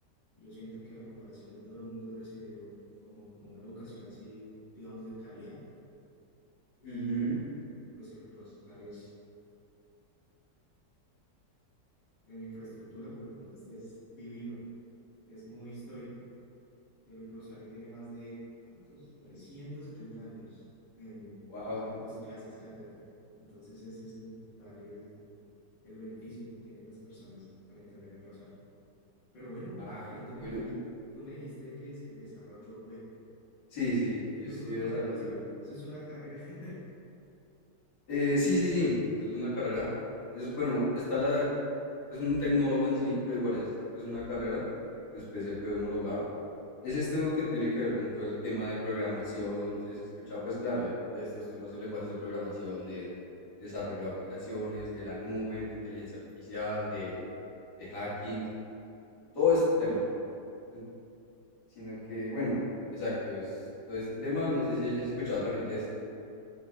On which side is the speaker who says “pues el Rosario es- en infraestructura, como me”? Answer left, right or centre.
Left